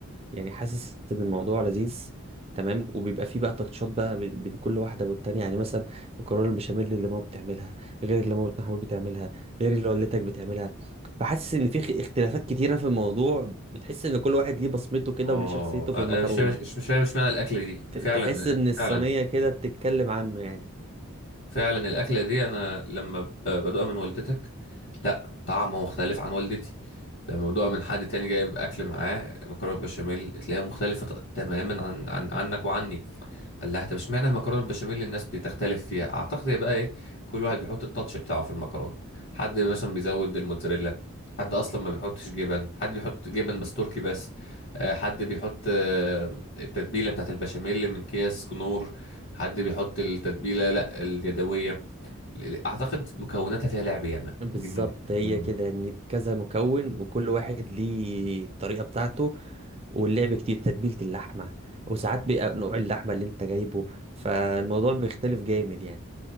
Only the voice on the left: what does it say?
اه
انا
مش فاهم مش مش فاهم مش معنى الاكله دي
فعلا
فعلا
فعلا الاكله دي انا لما ب- بدوقها من والدتك لا طعمه مختلف عن والدتي لما بدوقها من حد تاني جايب اكل معاه مكرونه بشاميل تلاقيها مختلفه ط- تماما عن, عن عنك وعني قال لها طب اشمعنى المكرونه البشاميل اللي الناس بتختلف فيها اعتقد يبقى ايه كل واحد بيحط التاتش بتاعه في المكرونه حد مثلا بيزود الموتزاريلا حد اصلا ما بيحطش جبن حد بيحط جبن بس تركي بس آه، حد بيحط آه، التتبيله بتاعت البشاميل من اكياس كنور حد بيحط التتبيله لا اليدويه اعتقد مكوناتها فيها لعب ياما
دي من
مم.